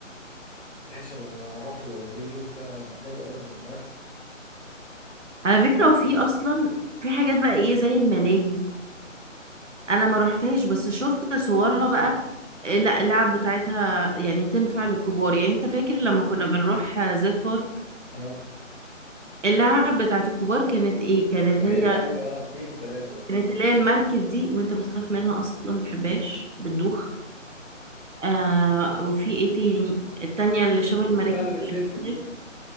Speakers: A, on the left; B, on the right.
A: ماشي انا اروح له دي يوز ده حلو قوي انا موافق
B: على فكرة وفي اصلا في حاجات بقى ايه زي الملاهي انا ما رحتهاش بس شفت صورها بقى إيه، لا اللعب بتاعتها يعني تنفع للكبار يعني انت فاكر لما كنا بنروح آه، زيت بارك
A: اه
B: اللعب بتاعت الكبار كانت ايه كانت
A: قليلة
B: هي
A: قوي اه اتنين تلاتة بس
B: كانت اللي هي المركب دي وانت بتخاف منها اصلا ما بتحبهاش بتدوخ آه وفي ايه تاني التانية اللي شبه
A: البتاع
B: المراكب
A: اللي بتلف
B: اللي
A: دي
B: بتلف